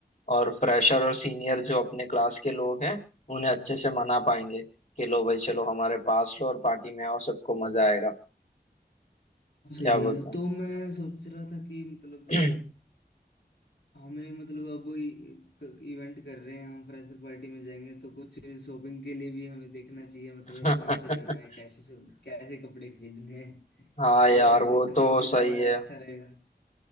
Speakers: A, on the left (about 50°); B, on the left (about 75°).
A: और फ्रेशर और सीनियर जो अपने क्लास के लोग हैं उन्हें अच्छे से मना पाएंगे कि लो भाई चलो हमारे पास लो और पार्टी में आओ सबको मजा आएगा क्या
B: सही
A: बोलते
B: है तो मैं सोच रहा था कि मतलब
A: हैं
B: हमें मतलब अब इवेंट कर रहे हैं हम फ्रेशर पार्टी में जाएंगे तो कुछ शॉपिंग के लिए भी हमें देखना चाहिए मतलब
A: <clears throat>
B: कहाँ पे जाना है कैसे
A: <laughs>
B: शॉप- कैसे कपड़े खरीदने हैं
A: हाँ यार
B: तो अब
A: वो
B: कहाँ
A: तो
B: पे
A: सही
B: जाना
A: है
B: अच्छा रहेगा